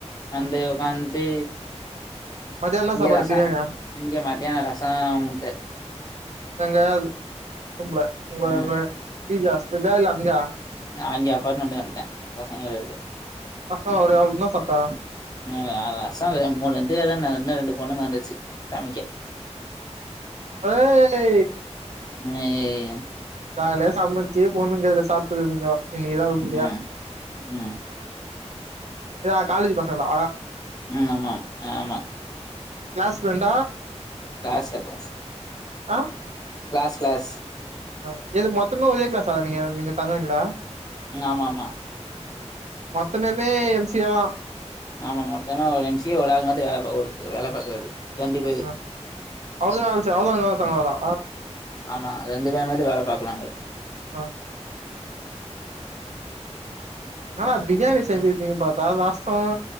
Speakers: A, on the left (about 35°); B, on the right (about 70°).
A: வந்து உக்காந்த்டு
B: மதியானம் என்ன
A: இங்க
B: சாப்பாடு?
A: ரசம்
B: பிரியாணியா?
A: இங்க மத்தியானோ ரசோ முட்ட
B: தங்க அது விரும்ல உங்க
A: ம்
B: உங்க பி பி ஆஸ்டல்லா இல்ல அங்யா
A: அங்கே அப்பார்ட்மெண்ட் வந்ட்டே பசங்க வேற இருக்கு
B: அஹூ அப்டி அவா என்ன சாப்ட்டா
A: அ அஸ்ஸாமு மூணு ரெண்டு பேரு தான இன்னு ரெண்டு பொண்ணுங்க வந்துச்சு சமைக்க
B: ஓ லே
A: ஐய்யய்யோ
B: காலைல சமைச்சு பொண்ணுங் கைல சாப்ட்டு இருக்கீங்கோ இன்னைக்குதா உருப்டியா
A: ம் ம்
B: ஏதா காலேஜ் பசங்களா
A: ம் ஆமா ஆமா
B: க்ளாஸ் ஃப்ரெண்டா
A: க்ளாஸ்ல எப்போ
B: ஆ
A: க்ளாஸ் க்ளாஸ்
B: அ எது மொத்தமே ஒரே க்ளாஸா நீங்க நீங்க தங்குறீங்ளா
A: ம் ஆமா ஆமா
B: மொத்தமமே எம் சி ஏவா
A: ஆமா மொத்தமே ஒரு எம் சி ஏ ஒரு ஆள் மட்டு வேல ஒரு வேல பாக்குறாரு ரெண்டு பேரு
B: ஆ அவருதா வேல செஞ் அவருதா வேல பாத்தராறா
A: ஆமா ரெண்டு <unintelligible> இருந்து வேல பாக்கலாங்க
B: ஆ என்னடா பிரியாணி செஞ்சிருப்பீங்கன் பாத்தா லாஸ்டா